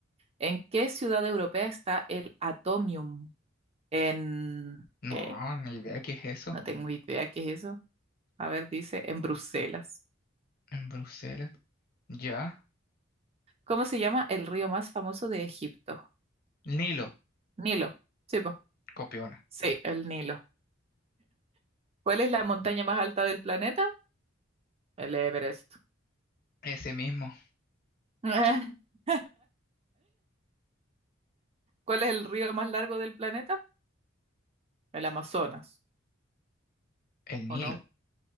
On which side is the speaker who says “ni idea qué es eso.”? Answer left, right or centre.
Left